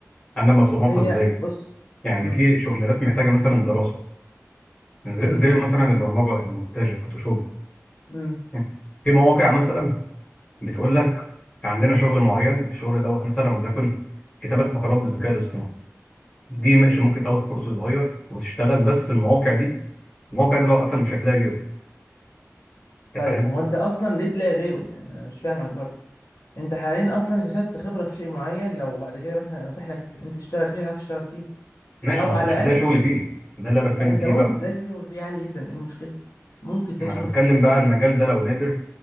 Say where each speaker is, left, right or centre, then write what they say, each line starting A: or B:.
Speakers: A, on the left (about 25°); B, on the left (about 80°).
A: انا بصنفها
B: هي
A: ازاي
B: بص
A: يعني
B: امم
A: في شغلانات محتاجه مثلا دراسه زي
B: امم
A: زي مثلا البرمجه المونتاج الفوتوشوب
B: امم
A: يعني في مواقع مثلا بتقول لك عندنا شغل معين الشغل دوت مثلا وليكن كتابه مقالات بالذكاء الاصطناعي دي ماشي ممكن تاخد كورس صغير وتشتغل بس المواقع دي المواقع دي لو قفل مش هتلاقي غيره انت
B: طيب
A: فاهم
B: هو انت اصلا ليه تلاقي غيره يعني انا مش فاهمك برضه انت حاليا اصلا كسبت خبره في شيء معين لو بعد كده مثلا اتيح لك انت تشتغل فيه هتعرف تشتغل فيه
A: ماشي
B: او
A: ما
B: على
A: انت مش
B: الاقل
A: هتلاقي شغل فيه ده اللي أنا بتكلم
B: لا انت
A: فيه
B: ممكن
A: بقى
B: تلاقي فيه شغل فيه عادي جدا ايه المشكله ممكن تلاقي
A: ما
B: شغل
A: انا بتكلم
B: فيه
A: بقى المجال ده لو نادر